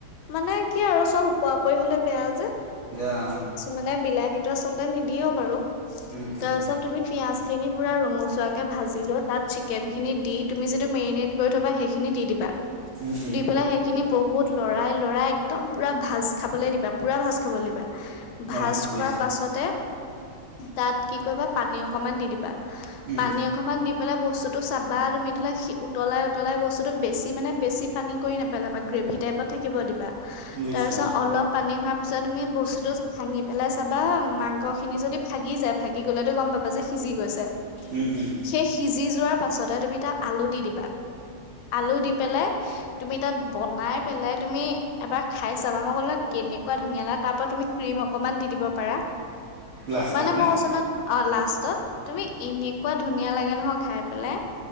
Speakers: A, on the left; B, on the right.
A: মানে কি আৰু চব উপ ওপৰা-ওপৰি হলে বেয়া যে।
B: গে আও।
A: মানে বিলাহীটো আচলতে নিদিয়েও বাৰু।
B: উম, উম,
A: তাৰছত তুমি পিয়াজখিনি পুৰা ৰঙ ৰঙচোৱাকে ভাজিলৈ তাত চিকেন খিনি দি তুমি যিটো মেৰিনেট কৰি থবা সেইখিনি দি দিবা
B: উম, উম,
A: দি পেলাই সেই খিনি বহুত লৰাই লৰাই একদম পুৰা ভাজ খাবলৈ দিবা পুৰা ভাজ খাবলৈ দিবা। ভাজ
B: অ', বুজিছো।
A: খোৱা পাছতে তাত কি কৰিবা পানী অকমান দি দিবা।
B: উম,
A: পানী অকমান দি পেলাই বস্তুটো চাবা তুমি <unintelligible> উতলাই উতলাই বস্তুটো বেছি মানে বেছি পানী কৰি নেপেলাবা, গ্ৰে ভি টাইপত থাকিব দিবা।
B: বুজিছো
A: তাৰছত
B: অ',
A: অলপ পানী হোৱা পিছত তুমি বস্তুটো ভাঙি পেলাই চাবা মাংসখিনি যদি ভাগি যায় ভাগি গ'লেতো গম পাবা যে সিজি গৈছে।
B: উম, উম,
A: সেই সিজি যোৱাৰ পাছতে তুমি এটা আলু দি দিবা আলু দি পেলাই তুমি তাত বনাই পেলাই তুমি এবাৰ খাই চাবা মই ক'লো নয় কেত কেনেকুৱা ধুনীয়া লা তাৰ পৰা তুমি ক্ৰীম অকমান দি দিব পাৰা।
B: লাষ্টত
A: মানে
B: নে?
A: ম কৈছো নহয় অ', লাষ্টত তুমি এনেকুৱা ধুনীয়া লাগে নহয় খাই পেলাই।